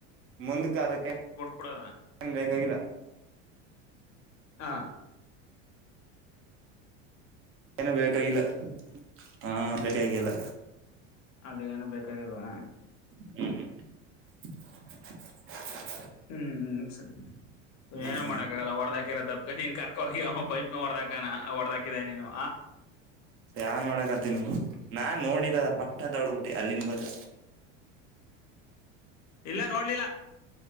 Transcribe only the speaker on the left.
ಕೂಡದಾ
ಹಾ
ಅಲ್ಲಿ ಏನು ಬೇಕಾಗಿಲ್ವಾ
ಹ್ಮ್ ಸ
ಏನ ಮಾಡಕ್ಕ ಆಾಗಲ್ಲ ಹೊಡದಾಕಿರ ತಪ್ಕ ನೀನ್ ಕರ್ಕ ಹೋಗಿ ಅವ ಪೈಪ್ನ ಹೊಡದಾಕಾನ ಹೊಡದಾಕಿದ ನೀನು
ಇಲ್ಲ ನೋಡ್ಲಿಲ್ಲ